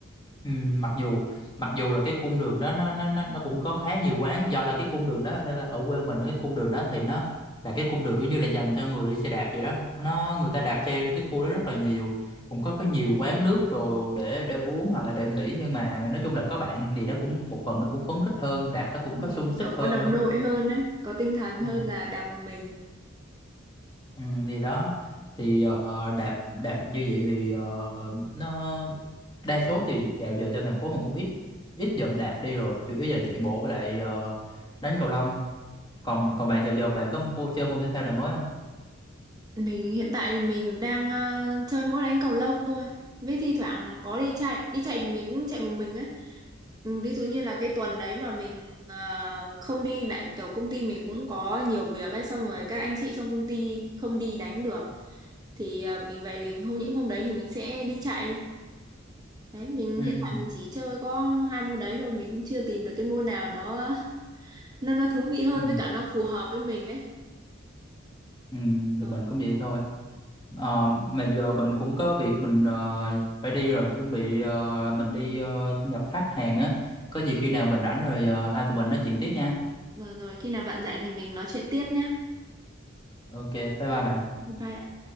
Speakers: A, on the left; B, on the right.
A: Ừ, mặc dù mặc dù là cái cung đường đó nó nó nó nó cũng có khá nhiều quán do là cái cung đường đó ở ở quê mình cái cung đường đó thì nó là cái cung đường kiểu như là dành cho người đi xe đạp vậy đó nó người ta đạp xe cái khu đó rất là nhiều cũng có cái nhiều quán nước rồi để để uống hoặc là để nghỉ nhưng mà nói chung là có bạn thì nó cũng một phần nó cũng phấn khích hơn đạp nó cũng
B: Đúng
A: có
B: rồi.
A: sung sức
B: kiểu
A: hơn
B: có đồng
A: nữa
B: đội hơn ấy có tinh thần
A: ừ.
B: hơn là đạp một mình
A: Ừ, thì đó thì ờ, đạp đạp như vậy thì ờ, nó đa số thì dạo giờ trong thành phố mình cũng ít ít dần đạp đi rồi chủ yếu là chạy bộ với lại ờ, đánh cầu lông còn còn bạn dạo giờ bạn có mua chơi môn thể thao nào mới không
B: Mình hiện tại thì mình đang ờ, chơi mỗi đánh cầu lông thôi. Với thi thoảng có đi chạy, đi chạy thì mình cũng chạy một mình ấy. Ừ, Ví dụ như là cái tuần đấy mà mình ờ, không đi đại kiểu công ty mình cũng có nhiều việc ấy xong rồi các anh chị trong công ty không đi đánh được thì ờ, mình về hôm những hôm đấy thì mình sẽ đi chạy. Đấy, mình
A: ừ,
B: hiện tại mình chỉ chơi có hai môn đấy thôi, mình cũng chưa tìm được cái môn nào nó <laughs> nó nó thú vị hơn
A: ừ,
B: với cả nó phù hợp với mình ấy.
A: ừ,
B: Rồi,
A: thì mình cũng vậy thôi Ờ, mà giờ mình cũng có việc mình ờ, phải đi rồi chuẩn bị ờ, mình đi ờ, gặp khách hàng á có gì khi nào mình rảnh rồi ờ, hai tụi mình nói chuyện tiếp nha
B: rồi rồi khi nào bạn rảnh thì mình nói chuyện tiếp nhá.
A: ok bye bye bạn
B: Bye ạ.